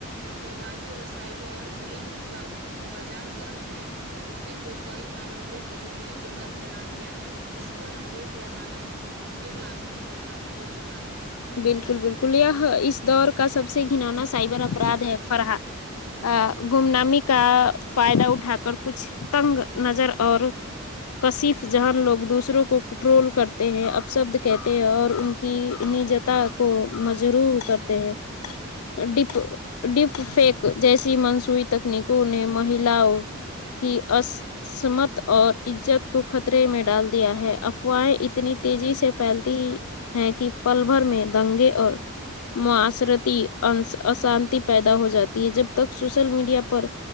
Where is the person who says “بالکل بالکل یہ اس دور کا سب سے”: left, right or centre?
Left